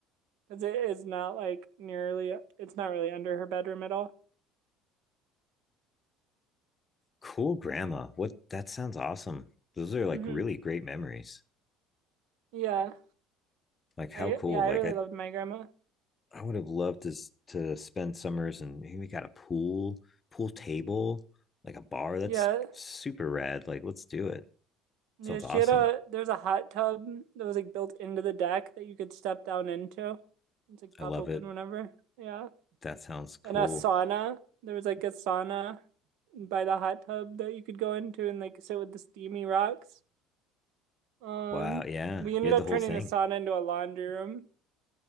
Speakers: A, on the right; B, on the left.
A: Because it is not like nearly, it's not really under her bedroom at all.
B: Cool grandma. What that sounds awesome. Those are like
A: hmm
B: really great memories.
A: Yeah.
B: Like how
A: I
B: cool.
A: yeah, I
B: Like
A: really
B: I
A: loved my grandma.
B: I would have loved to s- to spend summers and we got a pool, pool table, like a bar. That's
A: Yeah.
B: super rad. Like let's do it.
A: Yeah,
B: Sounds
A: she
B: awesome.
A: had a there was a hot tub that was like built into the deck that you could step down into. It's like pop
B: I love
A: open
B: it.
A: whenever. Yeah.
B: That sounds cool.
A: And a sauna. There was like a sauna by the hot tub that you could go into and like sit with the steamy rocks. Um,
B: Wow, yeah.
A: we ended
B: You had
A: up
B: the whole
A: turning
B: thing.
A: the sauna into a laundry room